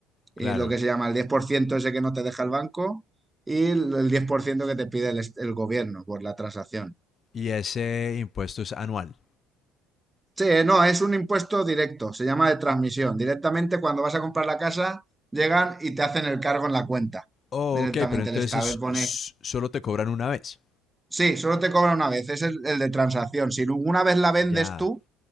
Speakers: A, on the left; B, on the right.
A: claro.
B: y lo que se llama el 10% ese que no te deja el banco y el 10% que te pide el, est- el gobierno por la transacción.
A: Y ese impuesto es anual.
B: Sí, no, es un impuesto directo, se llama de transmisión. Directamente cuando vas a comprar la casa, llegan y te hacen el cargo en la cuenta.
A: Oh,
B: Directamente
A: ok, pero entonces
B: el Estado y pone,
A: s- solo te cobran una vez.
B: sí, solo te cobra una vez, es el, el de transacción. Si una vez la vendes
A: Ya.
B: tú,